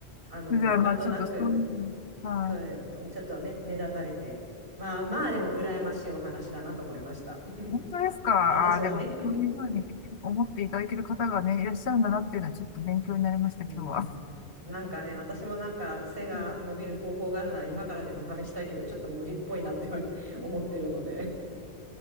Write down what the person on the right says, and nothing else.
あの、
なんとなく、
それ、ちょっとね、目立たれて。まあまあ、でも、羨ましいお話だなと思いました。<laughs>
私はね。
<laughs>
うん。
なんかね、私もなんか背が伸びる方法があるなら今からでも試したいけど、
ちょっと無理っぽいなって <laughs> 思ってるので。